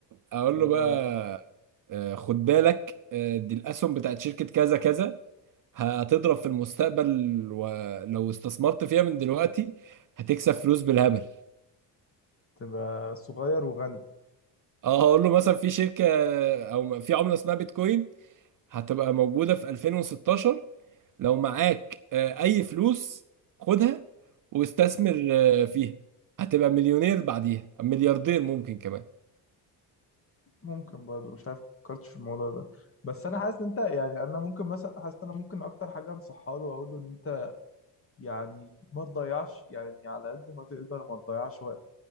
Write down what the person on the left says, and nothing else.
اه
تبقى صغير وغني
ممكن برضه مش عارف فكرتش في الموضوع ده بس انا حاسس ان انت يعني انا ممكن مثلا حاسس ان انا ممكن اكتر حاجه انصحها له واقول له ان انت يعني ما تضيعش يعني على قد ما تقدر ما تضيعش وقت